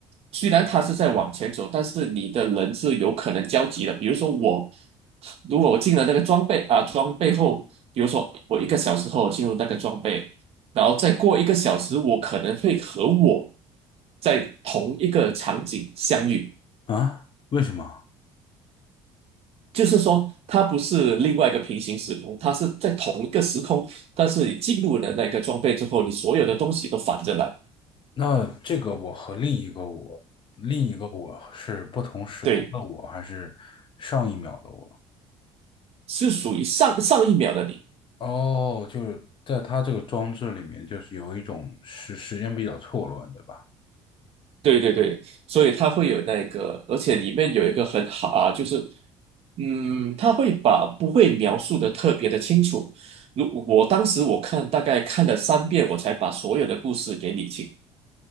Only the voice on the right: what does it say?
虽然他是在往前走，但是你的人是有可能交集的。比如说我，如果我进了那个装备啊，装备后，比如说我一个小时后进入那个装备，然后再过一个小时，我可能会和我在同一个场景相遇。
就是说，它不是另外一个平行时空，它是在同一个时空，但是你进入了那个装备之后，你所有的东西都反着来，
对，
是属于上上一秒的你，
对对对，所以它会有那个，而且里面有一个很好啊，就是，嗯，它会把不会描述的特别的清楚。如我当时我看大概看了三遍，我才把所有的故事给理清。